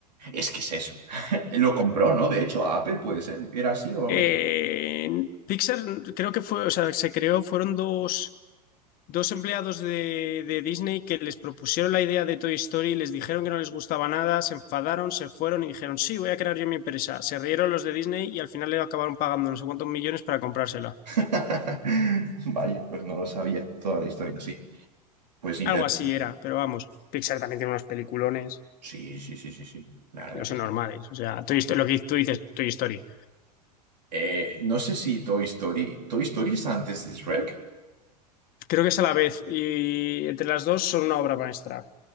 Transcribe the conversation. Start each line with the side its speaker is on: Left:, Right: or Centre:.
Right: Es que es eso. <laughs> Lo compró, ¿no? De hecho, a Apple puede ser. ¿Era así o
Left: Eh,
Right: me...
Left: Pixar creo que fue, o sea, se creó, fueron dos, dos empleados de, de Disney que les propusieron la idea de Toy Story, les dijeron que no les gustaba nada, se enfadaron, se fueron y dijeron, sí, voy a crear yo mi empresa. Se rieron los de Disney y al final le acabaron pagando no sé cuántos millones para comprársela.
Right: <laughs> Vaya, pues no lo sabía toda la historia, sí. Pues interesante.
Left: Algo así era, pero vamos, Pixar también tiene unos peliculones
Right: Sí, sí, sí, sí, sí. La verdad
Left: que no son
Right: que sí.
Left: normales. O sea, Toy Story- lo que tú dices, Toy Story.
Right: Eh, no sé si Toy Story... ¿Toy Story es antes de Shrek?
Left: Creo que es a la vez y entre las dos son una obra maestra.